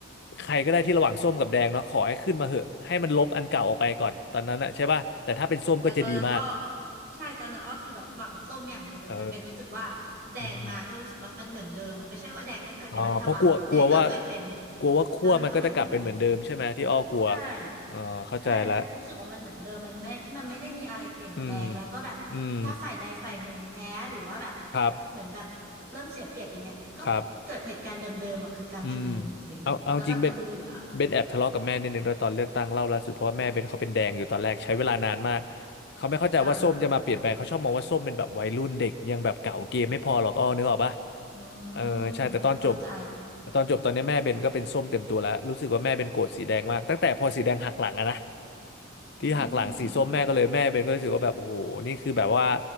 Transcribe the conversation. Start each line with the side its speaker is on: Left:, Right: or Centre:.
Left: ใครก็ได้ที่ระหว่างส้มกับแดงเนาะขอให้ขึ้นมาเหอะให้มันลบอันเก่าออกไปก่อนตอนนั้นอะใช่ป่ะแต่ถ้าเป็นส้มก็จะดีมาก
Right: แต่ตอนนั้นอ้อใช่ตอนนั้นอ้อคือแบบหวังส้มอย่างเดียวเลยนะเบนรู้สึกว่าแดงมาก็รู้สึกว่ามันเหมือนเดิมอะไม่ใช่ว่าแดงไม่เคยเป็นรัฐบาลนะแดงก็เคยเป็น
Left: เอออืมอ๋อเพราะกลัวกลัวว่ากลัวว่าขั้วมันก็จะกลับเป็นเหมือนเดิมใช่ไหมที่อ้อกลัว
Right: แล้วมันก็เหมือนเดิม ใช่
Left: เออเข้าใจละ
Right: ใช่มันรู้สึกว่ามันเหมือนเดิมมันไม่มันไม่ได้มีอะไรเปลี่ยนแปลงแล้วก็แบบถ้าฝ่ายใดฝ่ายหนึ่งแพ้หรือว่าแบบ
Left: อืม อืม ครับ
Right: เหมือนแบบเริ่มเสียเปรียบอย่างเงี้ยก็เกิดเหตุการณ์เดิมๆอ่ะคือการชุมนุมอ่ะเบนแล้วแบบมันเบื่อ
Left: ครับ อืมเอาเอาจริงเบนเบนแอบทะเลาะกับแม่นิดนึงด้วยตอนเลือกตั้งเล่าล่าสุดเพราะว่าแม่เบนเขาเป็นแดงอยู่ตอนแรกใช้เวลานานมากเขาไม่เข้าใจว่าส้มจะมาเปลี่ยนแปลงเขาชอบมองว่าส้มเป็นแบบวัยรุ่นเด็กยังแบบเก่าเกมไม่พอหรอกอ้อนึกออกปะ
Right: กำอื
Left: เออใช่แต่ตอนจบ
Right: มก็เข้าใจ
Left: แต่ตอนจบตอนนี้แม่เบนก็เป็นส้มเต็มตัวแล้วรู้สึกว่าแม่เบนโกรธสีแดงมากตั้งแต่พอสีแดงหักหลังอะนะ
Right: อืม
Left: ที่หักหลังสีส้มแม่ก็เลยแม่เบนก็รู้สึกว่าแบบโอ้โหนี่คือแบบว่า